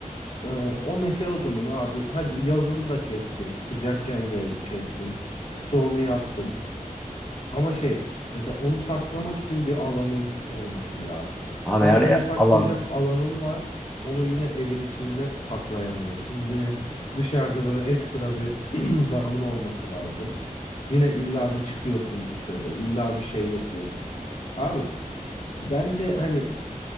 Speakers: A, on the left (about 50°); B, in the centre.
A: E, o meşe odunun abi hadi yazın da kestin, sıcakken ge- kestin, stoğunu yaptın. Ama şey mesela onu saklamak için bir alanın olması lazım.
B: Abi
A: Hadi
B: her
A: onu
B: yer
A: saklayacak
B: alan
A: alanın var. Onu yine evin içine saklayamıyorsun. Yine dışarıda böyle ekstra bir <clears throat> damın olması lazım. Yine illa bir çıkıyorsun dışarı. illa bir şey yapıyorsun. Abi bence hani